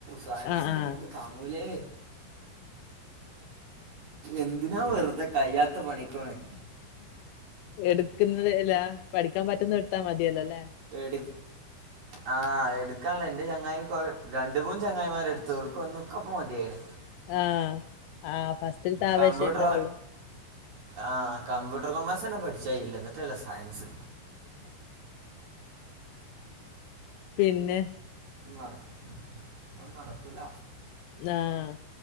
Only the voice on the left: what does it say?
ആഹ്
ആഹ്
എടുക്കുന്നത് ഇലാ പഠിക്കാൻ പറ്റുന്നത് എടുത്താ മതിയല്ലോ അല്ലേ?
ആഹ് ആ ഫസ്റ്റിലത്തെ ആവേശം
ഇണ്ടാവുള്ളു.
പിന്നെ
ആഹ്